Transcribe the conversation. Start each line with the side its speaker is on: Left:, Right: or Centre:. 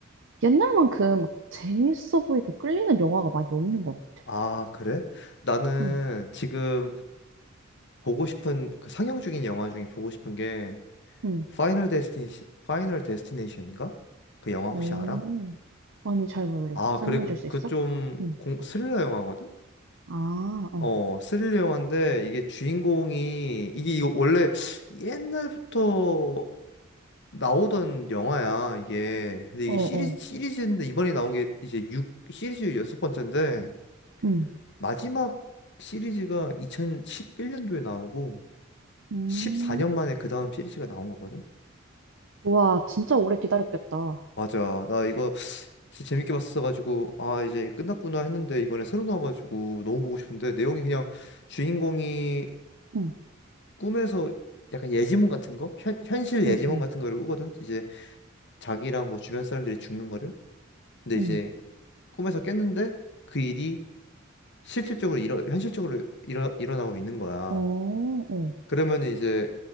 Right: 옛날만큼 막 재밌어 보이고 끌리는 영화가 많이 없는 것 같아.
Left: 아, 그래? 나는
Right: 응,
Left: 지금 보고 싶은 그 상영 중인 영화 중에 보고 싶은 게
Right: 응.
Left: 파이널 데스티니 파이널 데스티네이션인가? 그 영화 혹시
Right: 오,
Left: 알아?
Right: 아니, 잘 몰라.
Left: 아,
Right: 설명해
Left: 그래. 그
Right: 줄 수
Left: 그좀
Right: 있어? 응.
Left: 스릴러 영화거든?
Right: 아, 어.
Left: 어, 스릴러 영화인데 이게 주인공이 이게 이거 원래 옛날부터 나오던 영화야, 이게. 근데
Right: 어,
Left: 이게 시리즈
Right: 어.
Left: 시리즈인데 이번에 나온 게 이제 육 시리즈 여섯 번째인데
Right: 응.
Left: 마지막 시리즈가 2011년도에 나오고
Right: 음,
Left: 14년 만에 그 다음 시리즈가 나온 거거든?
Right: 우와, 진짜 오래 기다렸겠다.
Left: 맞아. 나 이거 진짜 재밌게 봤어가지고, 아, 이제 끝났구나 했는데, 이번에 새로 나와가지고 너무 보고 싶은데, 내용이 그냥 주인공이
Right: 응.
Left: 꿈에서 약간 예지몽 같은 거? 현, 현실 예지몽
Right: 응, 응.
Left: 같은 거를 꾸거든? 이제 자기랑 뭐 주변 사람들이 죽는 거를? 근데
Right: 응.
Left: 이제 꿈에서 깼는데, 그 일이 실질적으로 일어, 현실적으로 일어, 일어나고 있는 거야.
Right: 어, 어,
Left: 그러면 이제